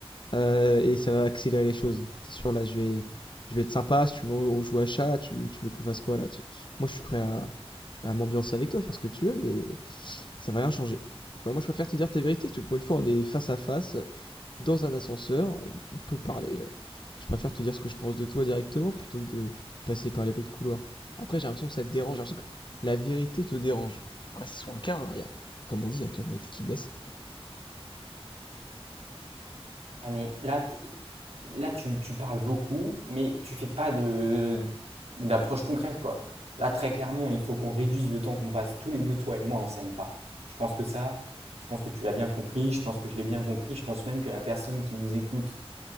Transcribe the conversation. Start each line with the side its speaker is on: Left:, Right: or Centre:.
Left: euh, et ça va accélérer les choses. T'es sûr, là, je vais, je vais être sympa. Si tu veux, on joue à chat, tu, tu veux qu'on fasse quoi là tu- Moi, je suis prêt à, à m'ambiancer avec toi, faire ce que tu veux, mais ça va rien changer. Donc, ouais, moi, je préfère te dire tes vérités. Tu- Pour une fois, on est face à face, dans un ascenseur, on, on peut parler. Je préfère te dire ce que je pense de toi directement plutôt que de passer par les bruits de couloir. Après, j'ai l'impression que ça te dérange. J'ai l'impression que la vérité te dérange. Ah, c'est souvent le cas, hein. y a- comme on dit, il y a que la vérité qui blesse.
Right: Ah, mais là, t'es- là tu, tu parles beaucoup, mais tu fais pas de, d'approche concrète, quoi. Là, très clairement, il faut qu'on réduise le temps qu'on passe tous les deux, toi et moi, on s'aime pas. Je pense que ça, je pense que tu l'as bien compris, je pense que je l'ai bien compris, je pense même que la personne qui nous écoute